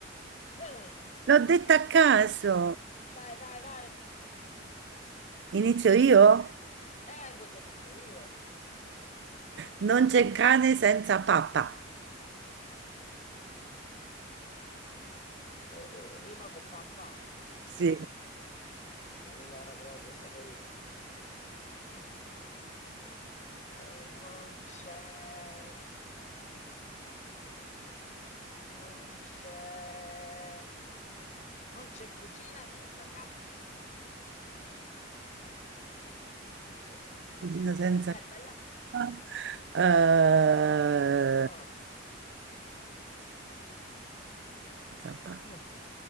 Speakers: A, on the left; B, on the right.
A: Mm.
B: L'ho detta a caso.
A: Vai, vai, vai.
B: Inizio io?
A: Eh, vuoi che inizio io?
B: Non c'è cane senza pappa.
A: Eh, eh, rima con papà.
B: Sì.
A: <laughs> Allora proprio sei... Mm. Eh, non c'è... Non c'è... Non c'è cucina senza K. Mm, mm, Sì.
B: Cucina
A: Eh,
B: senza
A: bella mia.
B: pappa. Eh,
A: Ah,
B: senza pappa.
A: mm,